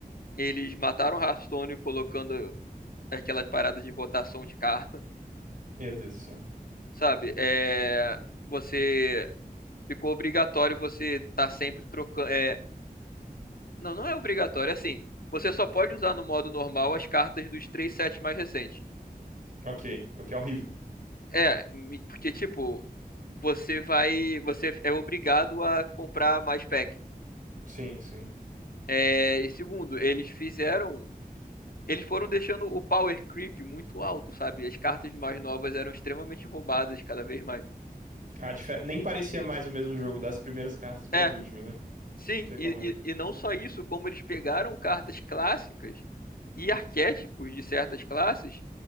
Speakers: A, on the left (about 70°); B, on the right (about 60°).
A: Eles mataram Hearthstone colocando aquelas paradas de rotação de carta,
B: Meu Deus do céu.
A: sabe? É, você ficou obrigatório você estar sempre trocando. É, não, não é obrigatório. é Assim, você só pode usar no modo normal as cartas dos três sets mais recentes.
B: Ok, o que é horrível.
A: É, e- porque, tipo, você vai. Você é obrigado a comprar mais pack.
B: Sim, sim.
A: É, e segundo, eles fizeram. Eles foram deixando o power creep muito alto, sabe? As cartas mais novas eram extremamente roubadas cada vez mais.
B: Ah, dife- Nem parecia mais o mesmo jogo das primeiras cartas para
A: É,
B: as últimas, né?
A: sim,
B: Sei
A: e,
B: como é.
A: e, e não só isso, como eles pegaram cartas clássicas e arquétipos de certas classes